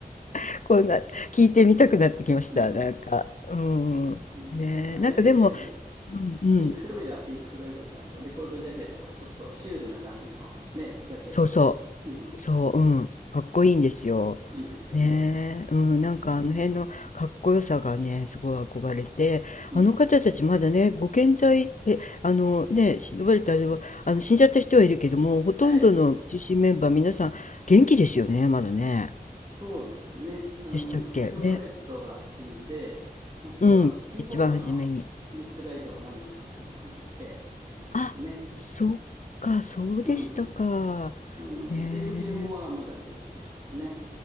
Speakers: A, on the left; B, on the right.
A: <laughs> こんな、聞いてみたくなってきました、
B: うん
A: なんか。うん。
B: うんなんかあれですよね。
A: ねえ、なんかでも、うん、うん。
B: ピンク・フロイドはピンク・フロイドで、あの、レコードジャケットがちょっとシュールな感じのね、ジャケットで、
A: そうそ
B: うん、
A: う。そう、うん、かっこいいんですよ。
B: いいですよね。
A: ねえ、うん、
B: うん、
A: なんかあの辺のかっこよさがね、すごい憧れて、
B: うん、
A: あの方たちまだね、ご健在、え、あのね、呼ばれたあれは、あの死んじゃった人はいるけども、ほとんどの中心メンバー、
B: はい。
A: 皆さん元気ですよね、まだね。
B: そうですね。あの、
A: でしたっけね。
B: シード・バレットが死んで、あとはキーボードのリック・
A: うん、一番初めに。
B: ライトが何年か前に亡くなってって感じですね。
A: あ、そっか、そうでしたか。
B: うん。あの、
A: ねえ。
B: デイブ・ギルモアはまだ元気ですけどね。